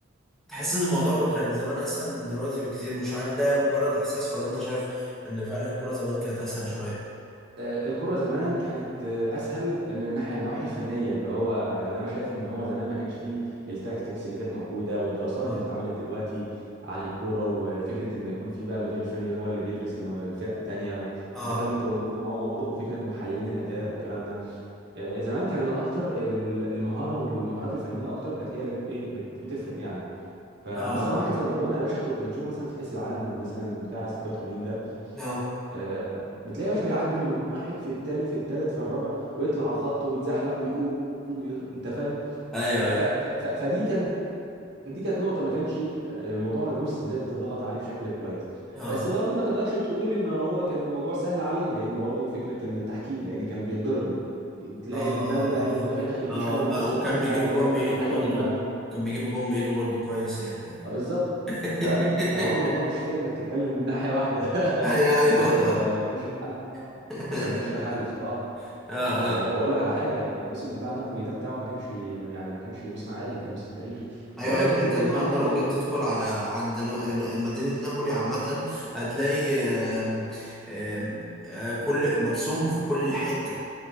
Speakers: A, in the centre; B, on the right (about 55°).
A: تحس ان الموضوع كان زمان اسهل من دلوقتي بكتير مش عارف ده مجرد احساس ولا انت شايف ان فعلا الكوره زمان كانت اسهل شويه
B: آه، الكرة زمان كانت آه، أسهل من الناحية النواحي الفنية اللي هو يعني أنا شايف إن هو زمان ما كانش فيه التاكتكس اللي كانت موجودة والدراسات
A: اه
B: اللي اتعملت دلوقتي عن الكورة وفكرة إن يكون في بقى المدير الفني هو اللي بيدرس الم- الفرقة التانية و...
A: اه
B: أنت فاهم أنت وموضوع وفكرة محللين الأداء والكلام ده آه، زمان كان الاكتر ال- المهاره والمهارات الفنيه اكتر كانت هي اللي بت- ايه بت- بتفرق يعني فمثلا
A: اه اه,
B: واحد زي مارادونا يا باشا كنت بتشوفه مثلا في كاس العالم مثلا بتاع 86 ده
A: <laughs> آه.
B: آه، بتلاقي يا باشا بيعدي من واحد في الثاني في الثالث في الرابع ويطلع على الخط ويتزحلق ويقوم وي... انت فاهم
A: ايوه
B: ف...
A: ايوه
B: ف... ف... ف- فدي كانت دي كانت نقطة ما كانش آه، الموضوع مدروس ازاي تضغط عليه بشكل كويس
A: اه
B: بس برضه ما تقدرش تقول ان هو كان الموضوع سهل عليه لان برضه فكرة ان التحكيم لان كان بيتضرب تلاقي
A: اه
B: ال- ده ده
A: اه
B: لعيب
A: اه
B: المدافع داخل فيه
A: آه،
B: شاله من
A: بقى
B: النص
A: وكان
B: والحكم
A: بيجيب
B: عادي
A: الجون
B: ولا ولا
A: بايده
B: والحكم
A: برضه
B: من بنها
A: كان بيجيب الجون بايده برضه كويس يعني
B: اه بالظبط
A: <laughs>
B: ف... فهو الموضوع مش فير انك تتكلم من ناحية واحدة
A: ايوه
B: <laughs>
A: ايوه
B: لا ده جا- ده ما كانش له حل بصراحة
A: <laughs>
B: ده ما كانش له حل بصراحة
A: اه اه
B: آه، واقول لك على حاجة الموسم بتاع نابولي ده بتاعه ما كانش يعني ما كانش موسم عادي كان موسم تاريخي
A: ايوه
B: برضه
A: يا ابني
B: هتيجي تتكلم
A: انت النهارده
B: عن واحد
A: لو
B: زي
A: جيت تدخل على عند ن- ن- مدينه نابولي عامه هتلاقي آم، آم، آه، كل مرسوم في كل حته